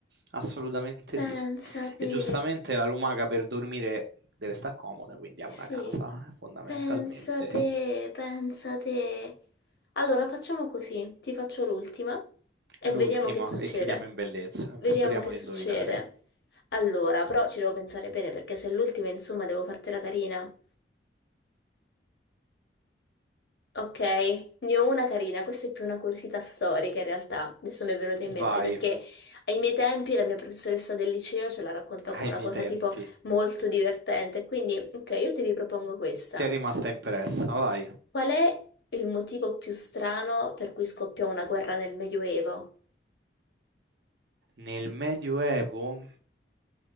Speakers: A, on the right; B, on the left.
A: Assolutamente
B: Pensate.
A: sì. E giustamente la lumaca per dormire deve stare comoda, quindi ha
B: Eh
A: una
B: Sì,
A: casa, eh, fondamentalmente.
B: pensate, pensate. Allora facciamo così, ti faccio l'ultima e
A: L'ultima,
B: vediamo che succede.
A: e chiudiamo in bellezza.
B: Vediamo
A: Speriamo
B: che
A: di
B: succede.
A: indovinare.
B: Allora, però ci devo pensare bene perché se è l'ultima, insomma, devo fartela carina. Ok, ne ho una carina, questa è più una curiosità storica in realtà, adesso mi è venuta in
A: Vai,
B: mente perché ai miei tempi la mia professoressa del liceo ce la raccontò come
A: ai
B: una
A: miei
B: cosa
A: tempi.
B: tipo molto divertente, quindi ok, io ti ripropongo questa.
A: Ti è rimasta impressa, vai.
B: Qual è il motivo più strano per cui scoppiò una guerra nel Medioevo?
A: Nel Medioevo?